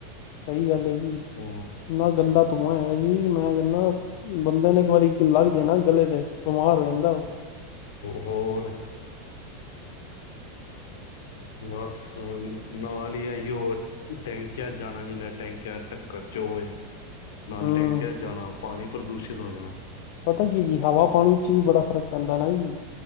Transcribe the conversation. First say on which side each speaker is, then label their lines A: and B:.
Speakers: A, on the left; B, on the left.
A: ਸਹੀ ਗੱਲ ਹੈ ਜੀ
B: ਹੋਰ
A: ਇੰਨਾ ਗੰਦਾ ਧੂੰਆ ਹੈਗਾ ਜੀ ਮੈਂ ਕੈਂਣਾ ਬੰਦੇ ਨੇ ਇੱਕ ਵਾਰੀ ਲੱਗ ਜਾਏ ਨਾ ਗਲੇ ਤੇ ਬਿਮਾਰ ਹੋ ਜਾਂਦਾ ਓ
B: ਹੋਰ ਬਸ ਹੁਣ ਨਾਲ ਈ ਅਈਉ ਏ। ਟੈਂਕੀਆਂ ਜਾਣਾ ਜਿਨਾ ਟੈਂਕੀਆਂ ਟੱਕਰ 'ਚ ਓ ਏ। ਨਾਲ
A: ਹੂੰ
B: ਟੈਂਕਿਆਂ 'ਚ ਜਾਣਾ ਪਾਣੀ ਪ੍ਰਦੂਸ਼ਿਤ ਹੋ ਜਾਣਾ।
A: ਪਤਾ ਕੀ ਜੀ ਹਵਾ ਪਾਣੀ 'ਚ ਵੀ ਬੜਾ ਫਰਕ ਪੈਂਦਾ ਨਾ ਜੀ